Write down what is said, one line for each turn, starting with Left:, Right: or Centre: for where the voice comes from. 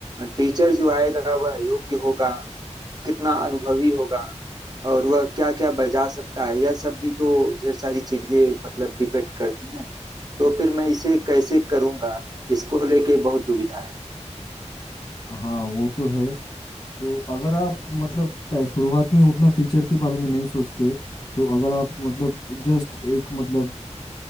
Right: टीचर जो आएगा वह योग्य होगा कितना अनुभवी होगा और वह क्या क्या बजा सकता है यह सब भी तो ढेर सारी चीजें मतलब डिपेंड करती हैं तो फिर मैं इसे कैसे करूंगा इसको लेके बहुत दुविधा
Left: हाँ वो तो है तो अगर आप मतलब पै- शुरुआत में उतना टीचर के बारे में नहीं सोचते तो अगर आप मतलब जस्ट एक मतलब